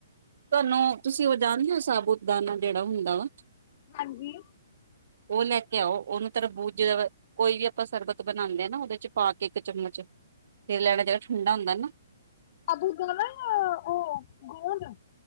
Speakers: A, on the right; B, on the left.
A: ਤੁਹਾਨੂੰ ਤੁਸੀਂ ਉਹ ਜਾਣਦੇ ਹੋ, ਸਾਬੂਤ ਦਾਨਾ ਜਿਹੜਾ ਹੁੰਦਾ ਵਾ
B: ਹਾਂਜੀ
A: ਉਹ ਲੈ- ਘਿਓ ਉਹਨੂੰ ਤਰਬੂਜ ਜ ਕੋਈ ਵੀ ਆਪਾਂ ਸਰਬਤ ਬਣਾਉਂਦੇ ਹ ਨਾ, ਉਹਦੇ ਚ ਪਾ ਕੇ, ਇੱਕ ਚਮਚ ਫੇਰ ਲੈਣਾ ਜਿੜਾ ਠੰਡਾ ਹੁੰਦਾ ਨਾ
B: ਆ ਦੁੱਧ ਵਾਲਾ ਏ, ਯਾ, ਓ, ਗੂੰਦੇ